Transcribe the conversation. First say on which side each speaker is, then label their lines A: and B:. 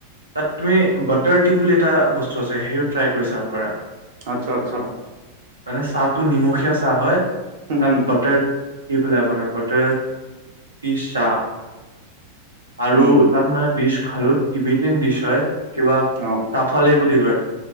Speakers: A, on the right; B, on the right.
A: তাত তুমি বাটাৰ টিউব বুলি এটা বস্তু আছে, সেই ট্ৰাই কৰি চাব পাৰা,
B: আচ্ছা, আচ্ছা,
A: মানে চাহটো নিমখীয়া চাহ হয়।
B: হম,
A: তাত
B: হম।
A: <unintelligible> পেলাই আপোনাৰ <unintelligible> তাৰ <unintelligible> আৰু
B: উম,
A: তাত মানে ডিছ খালোঁ টিভি <unintelligible> ডিছ হয় কিবা <unintelligible>
B: অ',
A: বুলি কয়।